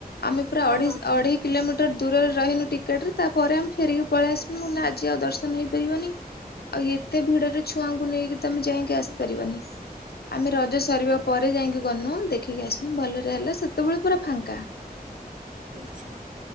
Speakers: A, on the left; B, on the right.
A: ଆମେ ପୁରା
B: ହଁ
A: ଅଢ଼େଇ
B: ହଁ
A: ଅଢ଼େଇ କିଲୋମିଟର ଦୂରରେ ରହିନୁ ଟିକେଟରେେ ତାପରେ ଆମେ ଫେରିକି ପଳେଇ ଆସିନୁ ମୁଁ ନା ଆଜି ଆଉ ଦର୍ଶନ ହୋଇପାରିବନି। ଆଉ ଏତେ ଭିଡ଼ରେ ଛୁଆଙ୍କୁ ନେଇକି ତମେ ଆମେ ଯାଇଁକି ଆସ୍ ପାରିବନି। ଆମେ ରଜ ସରିବା ପରେ ଯାଇକି
B: ହଁ
A: ଗନୁ। ଦେଖିକି ଆସିନୁ ଭଲରେ ହେଲା ସେତେବେଳେ ପୁରା ଫାଙ୍କା।
B: ଆଚ୍ଛା।